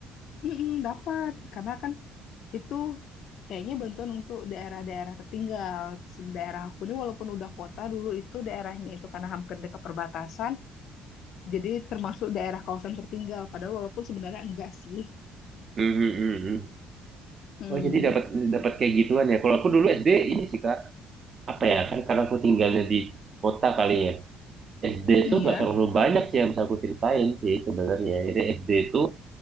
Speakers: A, on the left (about 55°); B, on the right (about 30°).
A: Mm-mm, dapat karena kan itu kayaknya bantuan untuk daerah-daerah tertinggal. Daerah aku ini walaupun udah kota dulu itu daerahnya itu karena hampir dekat perbatasan, jadi termasuk daerah kawasan tertinggal. Padahal walaupun sebenarnya enggak sih.
B: Hmm, hmm, hmm, hmm.
A: Hmm,
B: Oh jadi dapat dapat kayak gituan ya. Kalau aku dulu SD ini sih Kak, apa ya kan karena aku tinggalnya di kota kali ya. SD
A: iya.
B: itu nggak terlalu banyak sih yang bisa aku ceritain sih sebenarnya. Jadi SD itu